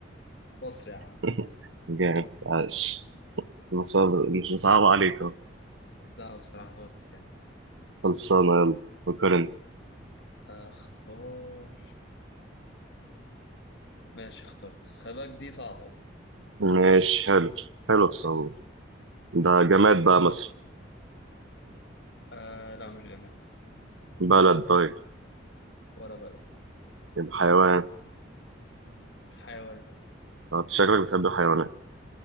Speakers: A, on the left (about 60°); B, on the right (about 80°).
A: مصر يا عم
B: <laughs> جامد عاش بس مصعب- مش مصعب عليك أهو.
A: لا بصراحة خالص يعني
B: خلصانة يلا وكرن
A: أختار ماشي اخترت بس خلي بالك دي صعبة دي
B: ماشي حلو حلو الصعوبة ده جماد
A: ماشي
B: بقى
A: يلا.
B: مثلا
A: آه لا مش جماد
B: بلد طيب
A: ولا بلد
B: يبقى حيوان
A: حيوان
B: آه، أنت شكلك بتحب الحيوانات